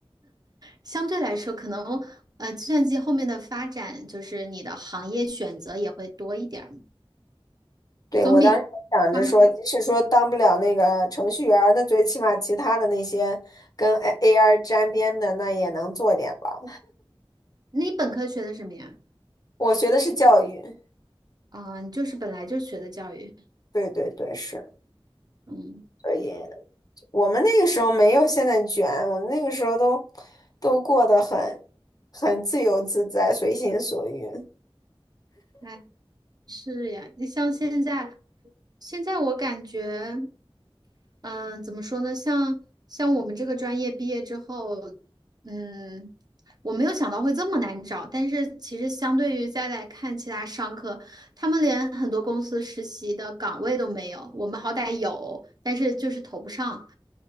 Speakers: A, on the right; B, on the left.
A: 相对来说，可能呃，计算机后面的发展就是你的行业选择也会多一点儿，
B: 对，
A: 总比
B: 我当时还想着说，
A: 上课。
B: 即使说当不了那个程序员儿，那最起码其他的那些跟 A AR 沾边的，那也能做点吧。
A: 你本科学的什么呀？
B: 我学的是教育，
A: 啊、你就是本来就学的教育。
B: 对对对，是。
A: 嗯，
B: 所以我们那个时候没有现在卷，我们那个时候都都过得很很自由自在，随心所欲。
A: 哎，是呀。你像现在，现在我感觉。嗯，怎么说呢？像像我们这个专业毕业之后，嗯，我没有想到会这么难找，但是其实相对于再来看其他商科，他们连很多公司实习的岗位都没有，我们好歹有，但是就是投不上，